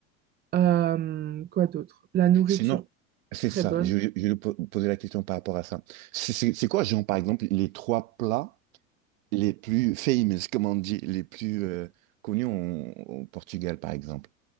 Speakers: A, on the right; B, on the right.
A: Euh, quoi d'autre? La nourriture,
B: Sinon, c'est
A: très
B: ça.
A: bonne.
B: Je, je vais po- poser la question par rapport à ça. C'est c'est- c'est quoi, genre, par exemple, les trois plats les plus famous, comme on dit, les plus euh, connus en- au Portugal, par exemple?